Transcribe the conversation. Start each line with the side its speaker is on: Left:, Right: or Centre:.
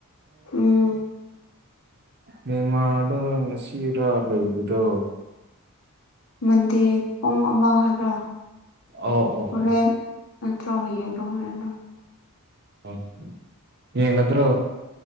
Left: ꯎꯝ
Right: ꯃꯃꯥꯗꯣ ꯉꯁꯤꯔ ꯂꯩꯕꯗꯣ
Left: ꯃꯟꯗꯦ ꯄꯨꯡ ꯑꯃ ꯍꯥꯏꯕ꯭ꯔꯥ
Right: ꯑꯣ ꯑꯣ
Left: ꯍꯣꯔꯦꯟ
Right: ꯑꯣ
Left: ꯅꯠꯇ꯭ꯔꯣ ꯍꯌꯦꯡ꯭ꯔꯣ ꯍꯣꯔꯦꯟꯅꯣ
Right: ꯑꯣ ꯌꯦꯉꯗ꯭ꯔꯣ